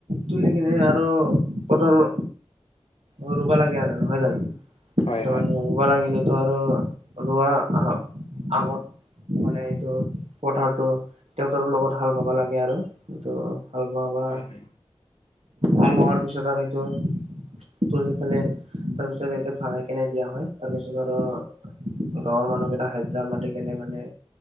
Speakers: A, on the right; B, on the left.
A: তুলি কিনে আৰু পথাৰৰ অ, ৰুবা লাগে আৰু। নহয় জানো?
B: হয়
A: তাৰ
B: হয়
A: মানে ৰুবা লাগিলেতো আৰু ৰোৱা আগত মানে এইটো পথাৰতো, ট্ৰেক্টৰৰ লগত হাল বাবা লাগে আৰু এইটো হাল বোৱা বা,
B: হয় হয়
A: হাল বোৱাৰ পিছত আৰু এইটো তুলি ফালে তাৰপিছত এইটো ভাগাই কেনে দিয়া হয়। তাৰপিছত আৰু গাঁৱৰ মানুহকেইটা হাজিৰা মাতি কেনে মানে